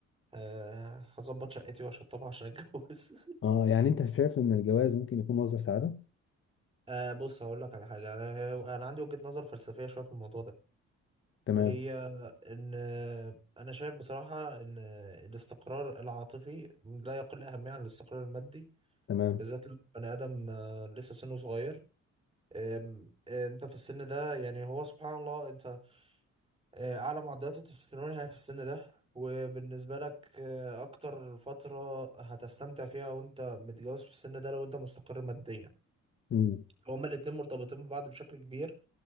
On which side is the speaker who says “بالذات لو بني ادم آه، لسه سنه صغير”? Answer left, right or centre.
Right